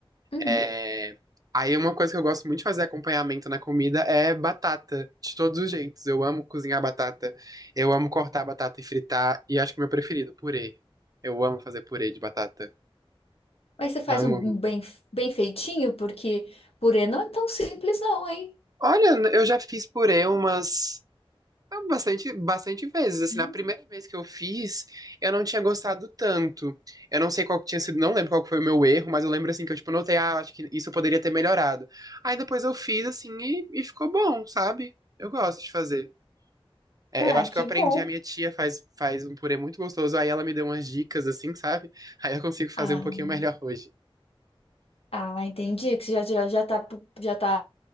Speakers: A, on the left (about 80°); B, on the right (about 40°).
A: Uhum.
B: É... Aí uma coisa que eu gosto muito de fazer acompanhamento na comida é batata, de todos os jeitos. Eu amo cozinhar batata, eu amo cortar batata e fritar, e acho que o meu preferido, purê. Eu amo fazer purê de batata.
A: Mas você faz
B: Amo,
A: um
B: amo.
A: bem, bem feitinho, porque purê não é tão simples, não, hein?
B: Olha, eu já fiz purê umas bastante, bastante vezes. Assim,
A: Hum.
B: na primeira vez que eu fiz, eu não tinha gostado tanto. Eu não sei qual que tinha sido, não lembro qual que foi o meu erro, mas eu lembro assim que eu tipo notei, ah, acho que isso eu poderia ter melhorado. Aí depois eu fiz assim e, e ficou bom, sabe? Eu gosto de fazer. É,
A: Ah,
B: eu acho
A: que
B: que eu aprendi,
A: bom.
B: a minha tia faz, faz um purê muito gostoso, aí ela me deu umas dicas assim, sabe? <laughs> Aí eu consigo fazer
A: Ah,
B: um pouquinho melhor hoje.
A: ah, entendi que você já, já, já tá, já tá